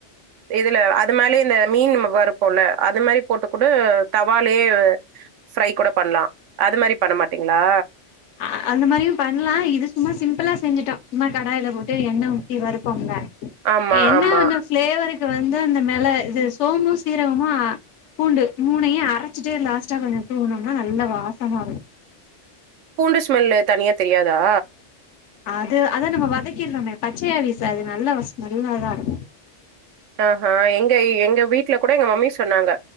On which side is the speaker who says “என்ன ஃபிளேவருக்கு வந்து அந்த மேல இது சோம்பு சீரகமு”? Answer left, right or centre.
Left